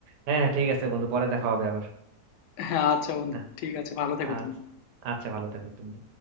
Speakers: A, on the right; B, on the left.
A: হ্যাঁ হ্যাঁ ঠিক আছে বন্ধু পরে দেখা হবে আবার
B: হ্যাঁ আচ্ছা বন্ধু
A: হ্যাঁ
B: ঠিক আছে ভালো থেকো
A: আচ্ছা
B: তুমি
A: আচ্ছা ভালো থাকো তুমি